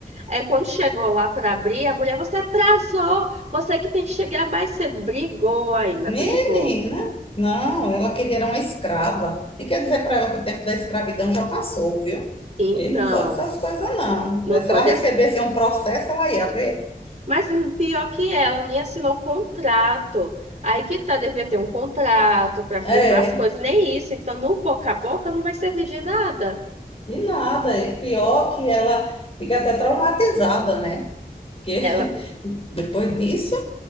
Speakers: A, on the right; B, on the left.
A: Aí quando chegou lá para abrir, a mulher, você atrasou, você que tem que chegar mais cedo. Brigou ainda,
B: Menina,
A: brigou.
B: não, ela queria era uma escrava. E quer dizer para ela que o tempo da escravidão já passou, viu?
A: Então,
B: E não pode essas coisas, não.
A: não
B: Se
A: pode.
B: ela recebesse
A: ass-
B: um processo, ela ia ver.
A: Mas pior que ela, nem assinou contrato. Aí que tá, devia ter um contrato para firmar
B: É,
A: as coisas, nem isso. Então, no boca a boca não vai servir de nada.
B: e nada. E pior que ela fica até traumatizada, né? Porque
A: Ela
B: <laughs> depois disso